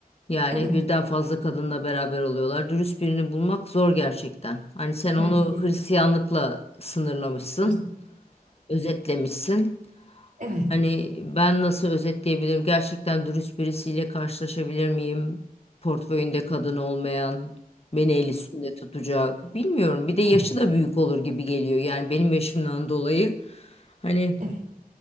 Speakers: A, on the left; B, on the right.
A: Yani
B: Evet,
A: birden fazla kadınla beraber oluyorlar. Dürüst birini bulmak zor gerçekten. Hani sen onu
B: evet, Kesin.
A: Hristiyanlıkla sınırlamışsın,
B: Öz-
A: özetlemişsin.
B: <laughs> evet,
A: Hani ben nasıl özetleyebilirim? Gerçekten dürüst birisiyle karşılaşabilir miyim? Portföyünde kadın olmayan, beni el üstünde tutacak. Bilmiyorum. Bir de yaşı
B: <laughs> Evet.
A: da büyük olur gibi geliyor. Yani benim yaşımdan dolayı hani
B: evet,